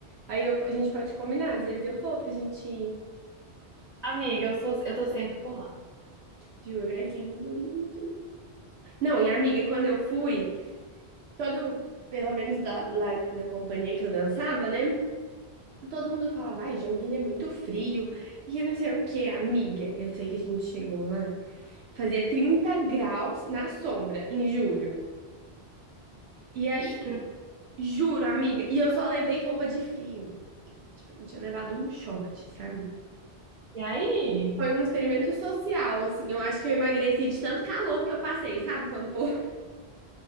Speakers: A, on the right (about 75°); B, on the right (about 50°).
A: aí eu- a gente pode combinar. Às vezes eu vou pra gente ir.
B: Amiga, eu sou, eu tô sempre por lá.
A: Juro, é lindo, lindo. Não, e amiga, quando eu fui, todo, pelo menos lá, lá na companhia que eu dançava, né? Todo mundo falava, vai, Joinville é muito frio. E eu não sei o que, amiga. Eu sei que a gente chegou lá, fazia 30 graus na sombra em julho. E aí,
B: Estra-
A: juro, amiga, e eu só levei roupa de frio. Eu tinha levado um short, sabe?
B: E aí?
A: Foi um experimento social, assim. Eu acho que eu emagreci de tanto calor que eu passei, sabe? Quando o povo